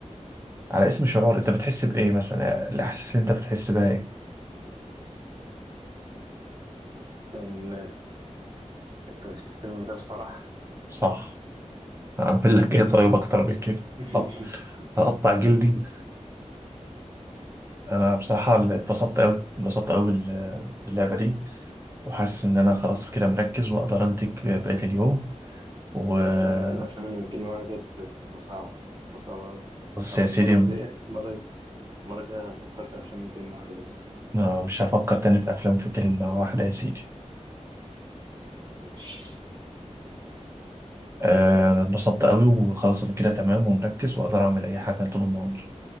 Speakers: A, on the right (about 20°); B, on the right (about 35°).
A: على اسم شعور أنت بتحس بإيه مثلا الأحاسيس اللي أنت بتحس بها إيه
B: استنى أنت مش الفيلم ده الفرح
A: صح أعمل لك
B: آه.
A: إيه طيب أكتر من كده
B: <laughs>
A: أط- أقطع جلدي أنا بصراحة اتبسطت أوي اتبسطت أوي بال- باللعبة دي وحاسس إن أنا خلاص كده مركز وأقدر أنتج بقية اليوم وخلاص
B: الأفلام الأفلام اللي من كلمة واحدة ديت بتبقى صعبة بتبقى صعبة أوي. أو
A: يا سيدي
B: المرة الجاية المرة المرة الجاية هفكر في أفلام من كلمة واحدة بس
A: أنا مش هفكر تاني في أفلام في كلمة واحدة يا سيدي
B: ماشي
A: آه، اتبسطت قوي وخلاص أنا كده تمام ومركز وأقدر أعمل أي حاجة طول النهار